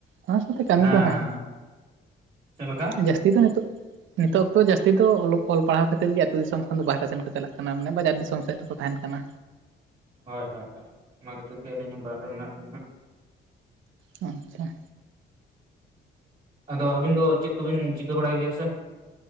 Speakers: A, on the right (about 80°); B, on the right (about 25°).
A: ᱚᱱᱟ ᱥᱟᱶᱛᱮ ᱠᱟᱹᱢᱤ
B: ᱦᱮᱸ
A: ᱠᱚᱦᱚᱸ,
B: ᱦᱮᱸ ᱪᱮᱫ ᱞᱮᱠᱟ?
A: ᱡᱟᱹᱥᱛᱤ ᱫᱚ ᱱᱤᱛᱳᱜ ᱱᱤᱛᱳᱜ ᱚᱠᱛᱚ ᱡᱟᱹᱥᱛᱤ ᱫᱚ ᱚᱞᱚᱜ ᱚᱞ ᱯᱟᱲᱦᱟᱣ ᱠᱷᱛᱤᱨ ᱜᱮ ᱟᱹᱛᱩ ᱫᱤᱥᱚᱢ ᱠᱷᱚᱱ ᱫᱚ ᱵᱟᱦᱨᱮ ᱥᱮᱱ ᱠᱚ ᱪᱟᱞᱟᱜ ᱠᱟᱱᱟ ᱢᱟᱱᱮ ᱵᱟᱡᱟᱨ ᱫᱤᱥᱚᱢ ᱥᱮᱫ ᱨᱮᱠᱚ ᱛᱟᱦᱮᱱ ᱠᱟᱱᱟ᱾
B: ᱦᱚᱭ ᱦᱚᱭ ᱦᱚᱭ, ᱚᱱᱟ ᱠᱷᱟᱹᱛᱤᱨ ᱜᱮ ᱟᱹᱞᱤᱧ ᱦᱚᱸ ᱵᱟᱭᱨᱮ ᱨᱮ ᱢᱮᱱᱟᱜ ᱞᱤᱧᱟ ᱦᱟᱸᱜ᱾
A: ᱚᱱᱪᱷᱟ᱾
B: ᱟᱫᱚ ᱟᱹᱵᱤᱱ ᱫᱚ ᱪᱮᱫ ᱠᱚᱵᱤᱱ ᱪᱤᱠᱟᱹ ᱵᱟᱲᱟᱭ ᱜᱮᱭᱟ ᱥᱮ?